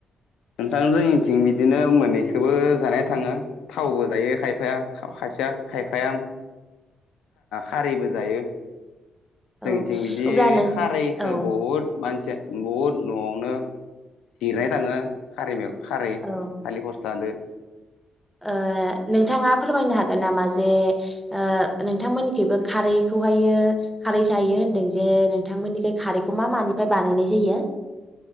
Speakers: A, on the left; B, in the centre.
A: नोंथां जोंनिथिं बिदिनो मोननैखोबो जानाय थाङो। थावबो जायो खायफाया खायसेया खायफाया खारिबो जायो।
B: औ
A: जोंनिथिं बिदि
B: अब्ला नों
A: खारैखो
B: औ
A: बहुद मानसिया। बहुद न'आवनो जिरनाय थाङो। खारैयाव खारै
B: औ
A: थालिर फस्लादो।
B: ओ नोंथाङा फोरमायनो हागोन नामा जे ओ नोंथांमोननिखैबो खारैखौहायो खारै जायो होन्दों जे नोंथांमोननिखै खारैखौ मा मानिफ्राय बानायनाय जायो।